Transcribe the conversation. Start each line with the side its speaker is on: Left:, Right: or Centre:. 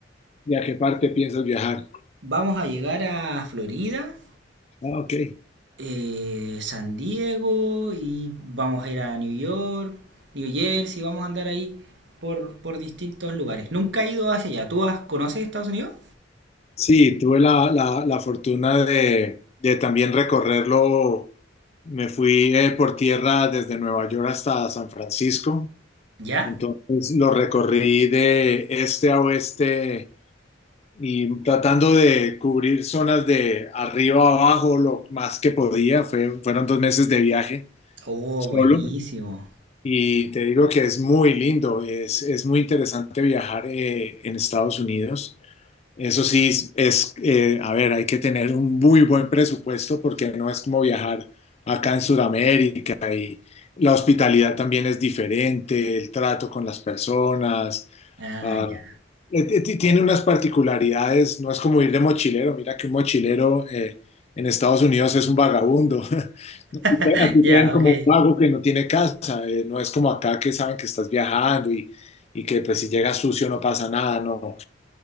Left: ¿Y a qué parte piensas viajar?
Right: Vamos a llegar a Florida,
Left: Ah, ok.
Right: eh, San Diego y vamos a ir a New York, New Jersey, vamos a andar ahí por, por distintos lugares. Nunca he ido hacia allá. ¿Tú has- conoces Estados Unidos?
Left: Sí, tuve la, la- la fortuna de, de también recorrerlo. Me fui eh, por tierra desde Nueva York hasta San Francisco.
Right: ¿Ya?
Left: Entonces lo recorrí de este a oeste y tratando de cubrir zonas de arriba a abajo lo más que podía. Fue- fueron dos meses de viaje
Right: Oh,
Left: solo.
Right: buenísimo.
Left: Y te digo que es muy lindo, es, es muy interesante viajar eh, en Estados Unidos. Eso sí, es, es, eh, a ver, hay que tener un muy buen presupuesto porque no es como viajar acá en Sudamérica. La hospitalidad también es diferente, el trato con las personas,
Right: Ah,
Left: ah,
Right: ya.
Left: eh, eh, ti- tiene unas particularidades, no es como ir de mochilero, mira que un mochilero eh, en Estados Unidos es un vagabundo. <laughs>
Right: <laughs>
Left: aquí
Right: Ya,
Left: te ven como
Right: ok.
Left: un vago que no tiene casa, eh, no es como acá que saben que estás viajando y, y que pues si llegas sucio no pasa nada, no.